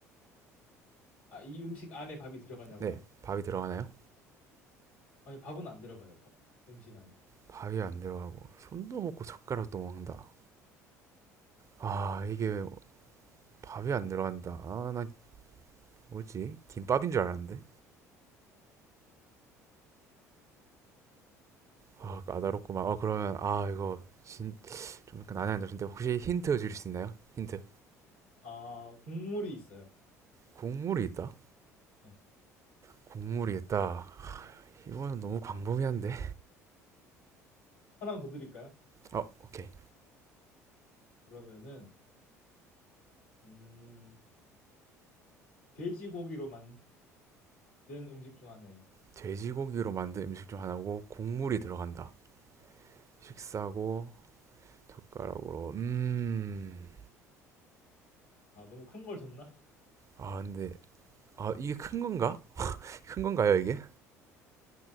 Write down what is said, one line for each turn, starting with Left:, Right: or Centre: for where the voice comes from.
Left: 아, 이 음식 안에 밥이 들어가냐고요?
Right: 네, 밥이 들어가나요?
Left: 아니, 밥은 안 들어가요. 바- 음식 안에.
Right: 밥이 안 들어가고 손도 먹고 젓가락도 먹는다. 아, 이게 밥이 안 들어간다. 아, 난 뭐지? 김밥인 줄 알았는데. 아, 까다롭구만. 아, 그러면 아, 이거 진, 좀 약간 난해한 점인데 혹시 힌트 주실 수 있나요? 힌트.
Left: 아, 국물이 있어요.
Right: 국물이 있다.
Left: 네.
Right: 국물이 있다. 이거는 너무 광범위한데.
Left: 하나만 더 드릴까요?
Right: 어, 오케이.
Left: 그러면은 음, 돼지고기로 만든 음식 중 하나예요.
Right: 돼지고기로 만든 음식 중 하나고 국물이 들어간다. 식사고 젓가락으로 음.
Left: 아, 너무 큰 걸 줬나?
Right: 아 근데 아 이게 큰 건가? 큰 건가요 이게?